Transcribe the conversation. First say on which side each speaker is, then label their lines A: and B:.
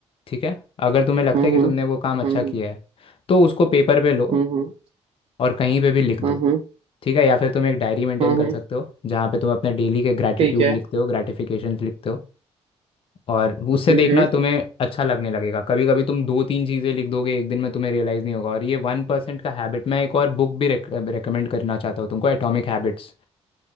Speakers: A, on the left; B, on the right.
A: ठीक है अगर तुम्हें लगता
B: हम्म
A: है कि तुमने वो काम अच्छा
B: हम्म
A: किया है तो उसको पेपर पे लो
B: हम्म हम्म
A: और कहीं पे भी लिख दो
B: हम्म
A: ठीक है या फिर तुम एक डायरी मेंटेन
B: हम्म
A: कर
B: हम्म,
A: सकते हो जहाँ पे तुम अपने डेली के ग्रैटिट्यूड
B: ठीक है
A: लिखते हो ग्रैटिफिकेशंस लिखते हो और उससे
B: हम्म
A: देखना
B: हम्म,
A: तुम्हें अच्छा लगने लगेगा कभी कभी तुम दो तीन चीज़ें लिख दोगे एक दिन में तुम्हें रियलाइज़ नहीं होगा और ये वन परसेंट का हैबिट मैं एक और बुक भी रेकमेंड करना चाहता हूँ तुमको एटॉमिक हैबिट्स